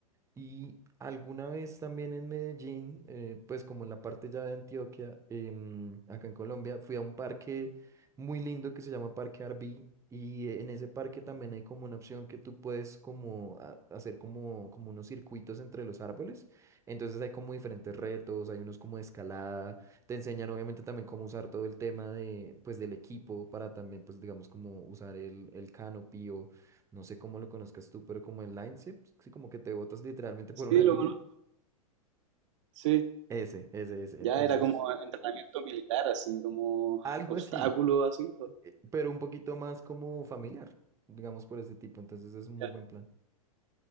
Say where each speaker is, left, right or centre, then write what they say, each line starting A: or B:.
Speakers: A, on the right; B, on the right.
A: Y alguna vez también en Medellín, eh, pues como en la parte ya de Antioquia, em, acá en Colombia, fui a un parque muy lindo que se llama Parque Arví. Y eh, en ese parque también hay como una opción que tú puedes como a- hacer como, como unos circuitos entre los árboles. Entonces hay como diferentes retos, hay unos como de escalada. Te enseñan obviamente también cómo usar todo el tema de, pues, del equipo para también, pues digamos, como usar el, el canopy no sé cómo lo conozcas tú, pero como el line sí, sí, como que te botas literalmente por
B: Sí,
A: una
B: lo
A: línea.
B: conozco. Sí.
A: Ese, ese, ese.
B: Ya
A: Entonces,
B: era como entrenamiento militar, así, como
A: algo
B: obstáculo,
A: así,
B: así.
A: eh, pero un poquito más como familiar, digamos por ese tipo. Entonces es un muy
B: Ya.
A: buen plan.